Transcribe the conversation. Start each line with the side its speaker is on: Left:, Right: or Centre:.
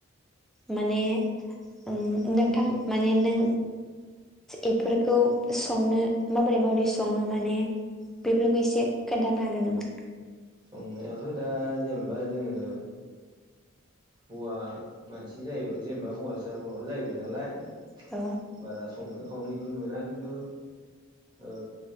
Centre: माने ओम नोंथां माने नों एफोर खौ संनो माबोरै माबोरै सङो माने बेफोरखौ एसे खोन्थानो हागोन नामा
Right: संनायाथ' दा जेनेबा जोङो हौवा मानसि जायो जेनेबा हौवासा माबा जाहैबाय नालाय
Centre: थ'
Right: बारा संनो खावनो बिदि मोना खिन्थु ओ